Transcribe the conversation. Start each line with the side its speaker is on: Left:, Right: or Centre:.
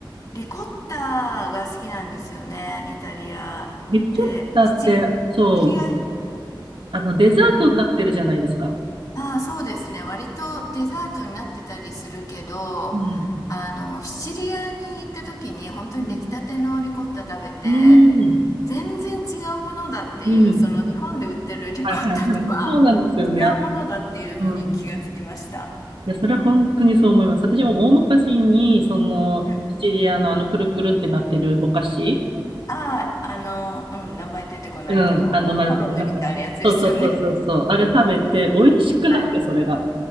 Left: リコッタが好きなんですよね、イタリア。
Right: リコッタって、
Left: で、シチシ
Right: そう、
Left: チリア、
Right: あの、デザートになってるじゃないですか。
Left: ああ、そうですね。割とデザートになってたりするけど、
Right: うん。
Left: あの、シチリアに行った時に本当に出来たてのリコッタ食べて、
Right: うん。うん。
Left: 全然違うものだっていう、
Right: うん。
Left: その日本で売ってるリコッタとは違うものだっていうのに気がつきました。
Right: はいはいはいはい。そうなんですよね。あうん。いや、それは本当にそう思います。私も大昔に、その、
Left: うん
Right: シチリアのあの、くるくるってなってるお菓子。
Left: ああ、あの、うん、名前出てこないけど、
Right: うん。あの、丸くて中に。
Left: コロネみたいなやつですよね。
Right: そうそうそうそうそう。あれ食べて、美味しくなくて、
Left: <laughs> はい。
Right: それが。